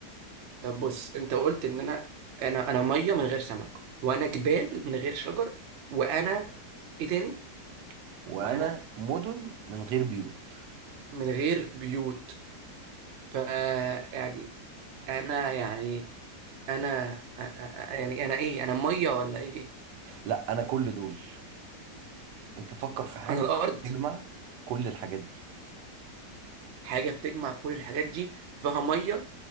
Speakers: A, on the right; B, on the right.
A: طب بص انت قلت ان انا انا انا ميه من غير سمك وانا جبال من غير شجر وانا ايه تاني
B: وأنا
A: وانا
B: مدن من غير بيوت
A: من غير بيوت ف يعني انا يعني انا أ- أ- يعني انا ايه انا ميه ولا ايه
B: لا أنا كل دول انت فكر في حاجة
A: انا الارض
B: تجمع كل الحاجات دي
A: حاجه بتجمع كل الحاجات دي فيها ميه